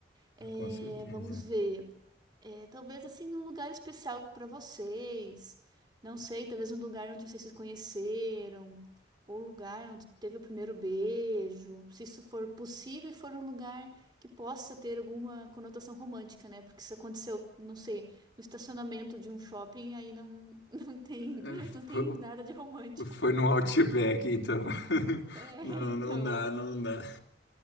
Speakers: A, on the right (about 25°); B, on the left (about 85°).
A: É,
B: Com certeza.
A: vamos ver. É, talvez assim num lugar especial para vocês. Não sei, talvez um lugar onde vocês se conheceram, ou um lugar onde teve o primeiro beijo, se isso for possível e for um lugar que possa ter alguma conotação romântica, né? Porque se aconteceu, não sei, no estacionamento de um shopping, aí não, <laughs> não tem,
B: É, Foi,
A: não tem nada de romântico.
B: foi
A: <laughs>
B: no Outback, então. <laughs>
A: É,
B: Não,
A: então,
B: não dá,
A: é,
B: não dá. <laughs>